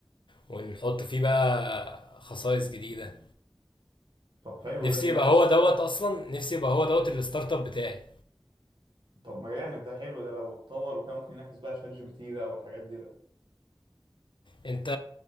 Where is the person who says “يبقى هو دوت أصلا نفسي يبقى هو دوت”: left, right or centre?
Left